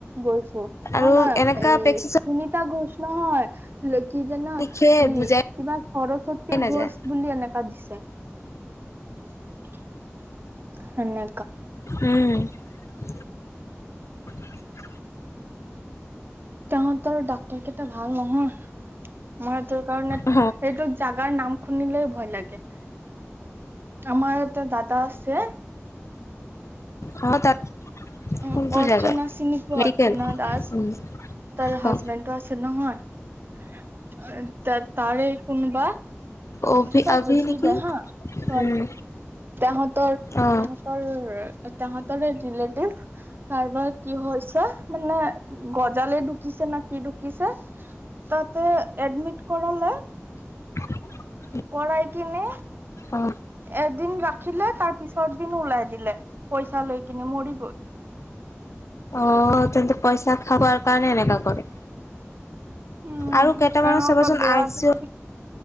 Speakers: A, on the right; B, on the left.
A: গৈছো
B: আৰু
A: অ, নাই
B: এনেকা
A: এই
B: প্ৰেচক্ৰিপচন
A: সুনিতা ঘোষ নহয়। <unintelligible> কি যে ন
B: লিখে
A: ই
B: বুজাই
A: কিবা সৰসত
B: নাযায়
A: ঘোছ বুলি এনেকা দিছে <unintelligible> সেনে
B: উম <unintelligible>
A: তাহঁতৰ ডাক্তৰ কেইটা ভাল নহয়। মই সেই তোৰ কাৰণে
B: অ
A: এইটো জাগাৰ নাম শুনিলে ভয় লাগে। আমাৰ এটা দাদা আছে।
B: অ, তাত
A: অ,
B: কোনটো
A: অৰ্চনা
B: জেগাত
A: চিনি পোৱা
B: মেডিকেল
A: অৰ্চনা দাস।
B: উম
A: তাইৰ হাজবেণ্ডটো
B: অ
A: আছে নহয় তাৰে কোনোবা
B: অভি
A: কিবা
B: আভি
A: হৈছিলে
B: নেকি
A: হা চ
B: উম
A: তাহঁতৰ
B: অ
A: তাহঁতৰ তাহঁতৰ <unintelligible> কাৰবাৰ কি হৈছে মানে গজালে ঢুকিছে নাকি কি ঢুকিছে তাতে এডমিট কৰালে।
B: <unintelligible>
A: কৰাই কিনে
B: অ
A: এদিন ৰা ৰাখিলে তাৰ পিছত দিন ওলাই দিলে পইচা লৈ কিনে মৰি গ'ল।
B: অ', তেন্তে পইচা খাৱাৰ কাৰণে এনেকা কৰে।
A: উম
B: আৰু কেইটামানৰ
A: কেনেকুৱা
B: চাবাচোন
A: বেয়া
B: আই
A: আজিকালি
B: চি ইও